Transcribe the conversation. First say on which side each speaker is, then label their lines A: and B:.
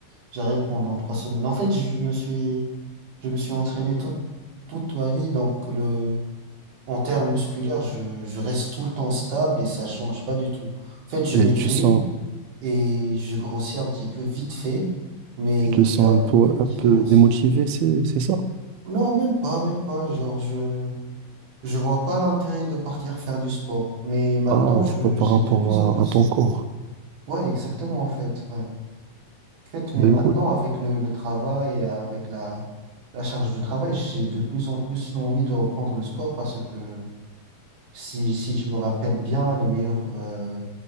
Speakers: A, on the right; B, on the right.
A: j'arrête pendant trois semaines. En fait, je me suis, je me suis entraîné toute, toute ma vie. Donc, le, en termes musculaires, je, je reste tout le temps stable et ça change pas du tout. En fait, je
B: Et
A: maigris
B: tu sens,
A: et je grossis un petit peu vite fait, mais
B: tu
A: il
B: te sens
A: n'y a
B: un peu,
A: aucune
B: un
A: différence.
B: peu démotivé, c'est, c'est ça?
A: Non, même pas, même pas. Genre, je, je vois pas l'intérêt de partir faire du sport, mais maintenant
B: Ah,
A: je
B: c'est pas par
A: j'ai
B: rapport
A: de plus en plus.
B: à, à ton corps.
A: Ouais, exactement en fait. ouais. En fait, mais
B: Ben
A: maintenant
B: écoute,
A: avec le, le travail et avec la, la charge de travail, j'ai de plus en plus l'envie de reprendre le sport parce que si, si je me rappelle bien, les meilleurs euh,